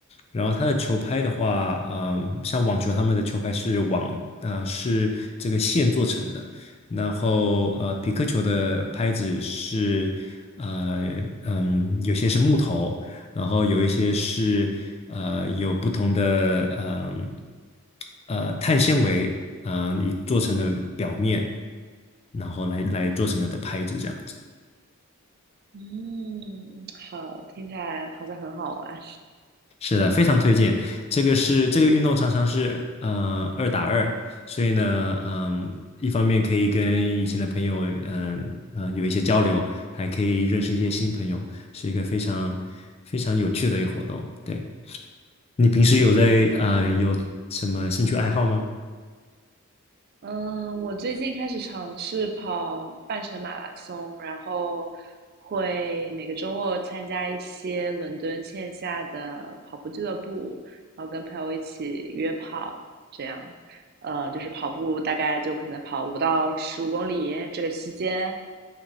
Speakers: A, on the left; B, on the right.
A: 然后它的球拍的话，嗯，像网球他们的球拍是网呃是这个线做成的，然后呃匹克球的拍子是呃嗯有些是木头，然后有一些是呃有不同的嗯呃，碳纤维呃你做成的表面，然后来来做成的的拍子这样子。
B: 嗯，好，听起来好像很好玩。
A: 是的，非常推荐。这个是这个运动常常是呃二打二，所以呢，嗯，一方面可以跟以前的朋友，嗯嗯、呃有一些交流，还可以认识一些新朋友，是一个非常非常有趣的一个活动。对，你平时有在呃有什么兴趣爱好吗？
B: 嗯，嗯，我最近开始尝试跑半程马拉松，然后会每个周末参加一些伦敦线下的跑步俱乐部，然后跟朋友一起约跑，这样，呃，就是跑步大概就可能跑五到十五公里这个期间，